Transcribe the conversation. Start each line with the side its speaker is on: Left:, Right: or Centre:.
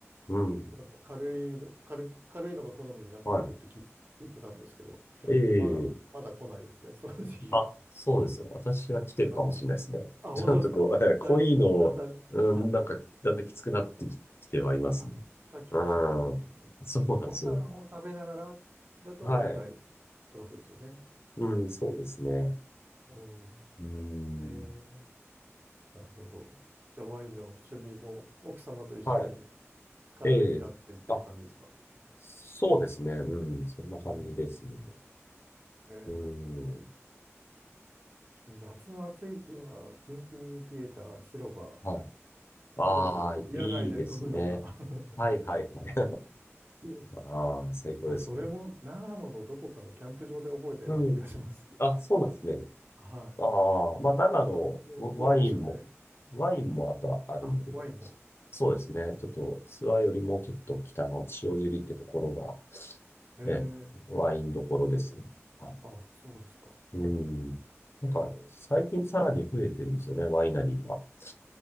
Left: うん。
Right: なんか軽いの、軽、軽いのが好みになっていくって聞聞いてたんですけど、
Left: はい。
Right: まだ、
Left: ええ
Right: まだ来ないですね、その時期が。
Left: あ、そうですよ。私は来てるかもしれないですね。
Right: <laughs> ああ、
Left: <laughs>
Right: あ本当ですか。
Left: ちょっとこう、えー濃いのを、
Right: だ、だんだん、
Left: うん、
Right: はい。
Left: なんか、だんだんきつくなってききてはいますね。
Right: あ、さっきおっしゃってましたもんね。
Left: うん。そうなんですよ。
Right: ご飯を食べながらだと重たいって
Left: はい。
Right: ことですよね。
Left: うん、そうですね。
Right: お
Left: うん。
Right: ーえー、なるほど。じゃあワインの趣味も奥様と一緒に
Left: はい。
Right: 軽めになっていってる感じですか
Left: ええ。あ、そうですね。うん、そんな感じですね。
Right: うん。えー、
Left: うん。
Right: ちょ夏の暑い日はキンキンに冷えた白が、
Left: はい。ああ、
Right: 白を野外で飲むのが
Left: いいですね。
Right: <laughs> はい、
Left: はいはいはい。
Right: 好きです。
Left: <laughs> ああ、最高ですね。
Right: あ、それも長野のどこかのキャンプ場で覚えたような気がします。
Left: うん。あ、そうなんですね。
Right: はい。
Left: ああ、まあ、長野、
Right: キャンプ場多いですよね。
Left: ワインも、ワインもあとあるので、
Right: あ、ワインも。
Left: そうですね。ちょっと、諏訪よりもちょっと北の塩尻ってところが、
Right: ええ、
Left: ね、ワインどころですね。は
Right: あ、そうですか。
Left: い。うん。なんか、
Right: ええ、
Left: 最近さらに増えてるんですよね、ワイナリーが。やっ